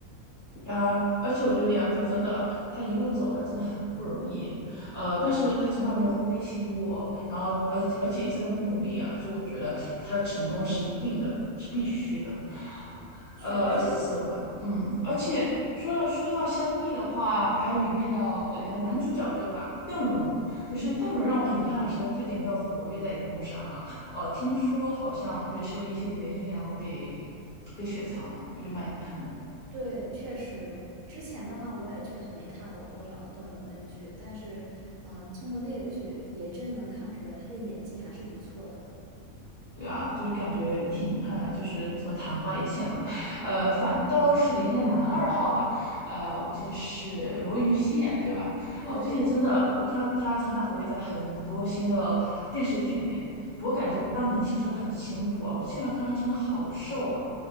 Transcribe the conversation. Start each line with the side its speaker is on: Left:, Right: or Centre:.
Left: 啊，而且我觉得杨紫真的，她一路走来真的很不容易，呃，但是她从来没有灰心过，然后而而且一直那么努力啊，所以我觉得她的成功是一定的，是必须的。
Right: 确实，
Left: 呃，而且此外，嗯，而且说到说到香蜜的话，还有里面的两个男主角，对吧？邓伦，就是邓伦让我很遗憾的是，
Right: 嗯。
Left: 他最近没有活跃在荧幕上啊。呃，听说好像对，是因为一些原因，然后被被雪藏了，我觉得蛮遗憾的。
Right: 对，确实，之前的话我也确实没看过多少邓伦的剧，但是，嗯、通过那个剧也真能看出来他的演技还是不错的。
Left: 对啊，就是感觉挺遗憾的，就是这么昙花一现吧。呃，反倒是里面的男二号吧，呃，我记得是罗云熙演的，对吧？
Right: 对对对，
Left: 哦，最近真的我看到他常常活跃在很多新的电视剧里面，不过感觉当明星真的很辛苦啊。我现在看他真的好瘦啊。